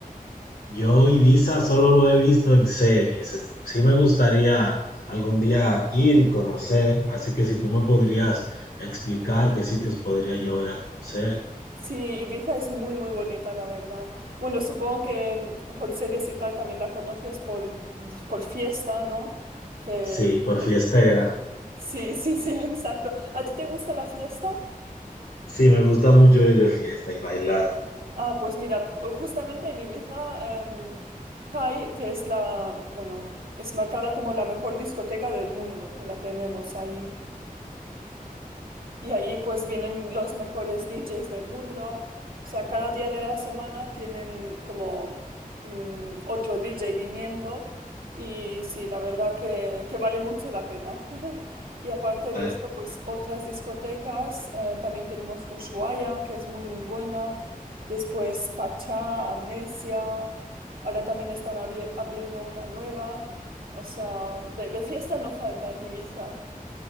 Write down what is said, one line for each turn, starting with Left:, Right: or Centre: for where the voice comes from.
Left: Yo Ibiza solo lo he visto en series. Es- Sí me gustaría algún día ir y conocer, así que si tú me podrías explicar qué sitios podría yo ir a conocer.
Right: Sí, Ibiza es muy, muy bonita, la verdad. Bueno, supongo que mm, por series y tal también la conoces por, por fiesta, ¿no? Que,
Left: Sí, por
Right: que-
Left: fiestera.
Right: sí, sí, sí, <laughs> exacto. ¿A ti te gusta la fiesta?
Left: Sí, me gusta mucho ir de fiesta y bailar.
Right: Ah, pues mira, p- justamente en Ibiza, em, High, que es la, bueno, es marcada como la mejor discoteca del mundo, que la tenemos ahí. Y ahí pues vienen los mejores DJs del mundo. O sea, cada día de la semana tienen como mm, otro DJ viniendo. Y sí, la verdad que, que vale mucho la pena. <laughs> Y aparte de
Left: A ver,
Right: esto, pues otras discotecas. eh, también tenemos Ushuaia, que es muy, muy buena. Después Pachá, Amnesia. Ahora también están abri- abriendo una nueva. O sea, de, de fiesta no falta en Ibiza.